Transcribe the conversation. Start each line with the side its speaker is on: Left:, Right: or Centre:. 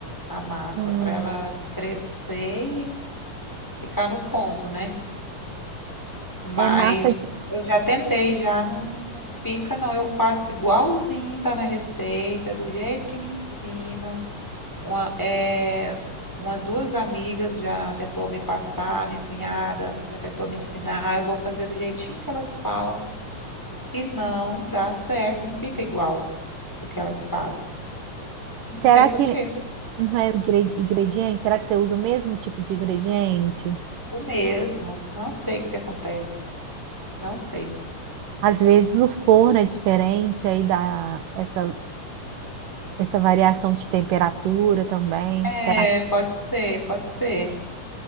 Centre: A massa,
Right: Hum,
Centre: para ela crescer e ficar no ponto, né? Mas
Right: é massa de.
Centre: eu já tentei, já não não fica, não. Eu faço igualzinho, tá na receita, do jeito que me ensinam. Uma, é, umas duas amigas já tentou me passar, minha cunhada já tentou me ensinar. Eu vou fazer do jeitinho que elas falam e não dá certo, não fica igual o que elas fazem. Não
Right: Será
Centre: sei por
Right: que
Centre: quê.
Right: não é ingre- ingrediente? Será que você usa o mesmo tipo de ingrediente?
Centre: O mesmo. Não sei o que que acontece. Não sei.
Right: Às vezes o forno é diferente, aí dá essa, essa variação de temperatura também.
Centre: É,
Right: Será que
Centre: pode ser, pode ser.